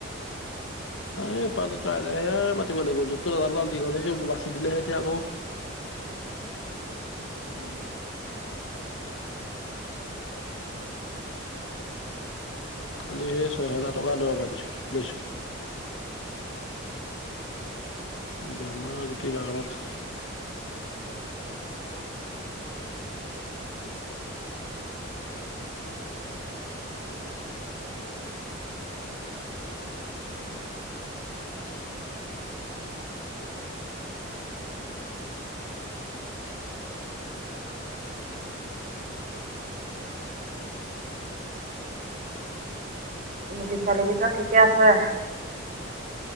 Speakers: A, on the left (about 70°); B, on the right (about 40°).
A: এইপাতটো কাইলৈহে মাতিব লাগিব য'ত এডাল দুডাল দীঘল হৈছে বাচি দিলেহে এতিয়া আকৌ
B: উম
A: কিহে ছয় হেজাৰ টকা দৰৱ আনিছো লৈছোঁ বেমাৰ গোটেই বাগানত
B: মূৰ্গী পোৱালিগিতা ঠিকে আছে।